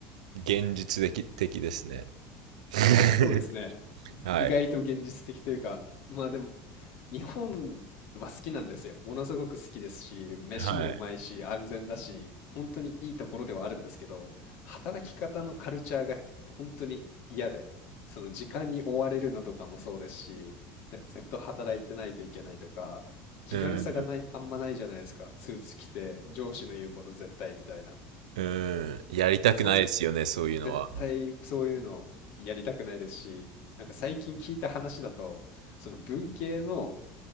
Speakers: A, on the right; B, on the left.
A: 現実的、的ですね。<laughs>
B: そうですね。
A: はい。
B: 意外と現実的というか、まあでも、日本は好きなんですよ。ものすごく好きですし、飯もうまいし、
A: はい。
B: 安全だし、本当にいいところではあるんですけど、働き方のカルチャーが本当に嫌で、その時間に追われるのとかもそうですし、なんかずっと働いてないといけないとか、気軽さがない、
A: うん。
B: あんまないじゃないですか。スーツ着て、上司の言うこと絶対みたいな。
A: うん。やりたくないですよね、
B: そういう、
A: そういうのは。
B: 絶対そういうのやりたくないですし、なんか最近聞いた話だと、その文系の